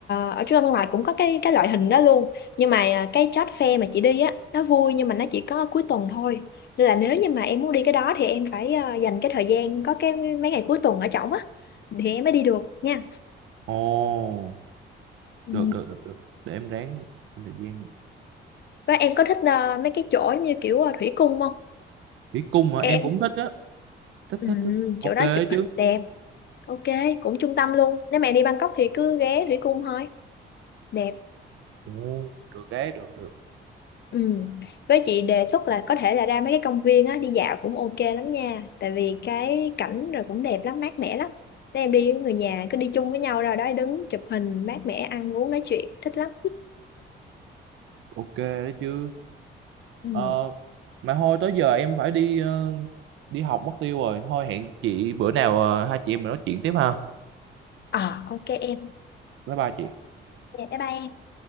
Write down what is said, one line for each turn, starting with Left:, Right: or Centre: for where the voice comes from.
Left: ở trung tâm thương mại cũng có cái cái loại hình đó luôn nhưng mà à, cái chót Fair mà chị đi á nó vui nhưng mà nó chỉ có cuối tuần thôi nên là nếu như mà em muốn đi cái đó thì em phải à, dành cái thời gian có cái mấy ngày cuối tuần ở trỏng á thì em mới đi được nha
Right: ồ
Left: ừ.
Right: được được được được để em ráng dành thời gian
Left: Và em có thích à, mấy cái chỗ giống như kiểu à, thủy cung không
Right: đi cung hả em
Left: em
Right: cũng thích á thích
Left: ừ,
Right: thích thích ok
Left: chỗ đó chụp
Right: chứ
Left: hình đẹp Ok, cũng trung tâm luôn. Nếu mẹ đi Bangkok thì cứ ghé Thủy Cung thôi. Đẹp.
Right: ồ được đấy được được
Left: Ừ. Với chị đề xuất là có thể là ra mấy cái công viên á, đi dạo cũng ok lắm nha. Tại vì cái cảnh rồi cũng đẹp lắm, mát mẻ lắm. Nếu em đi với người nhà cứ đi chung với nhau rồi đó đứng chụp hình mát mẻ ăn uống nói chuyện thích lắm.
Right: ok đấy chứ
Left: Ừ.
Right: ờ mà thôi tới giờ em phải đi ờ, đi học mất tiêu rồi thôi hẹn chị bữa nào ờ, hai chị em mình nói chuyện tiếp ha
Left: Ờ ok em.
Right: bye bye chị
Left: Dạ, Bye bye em.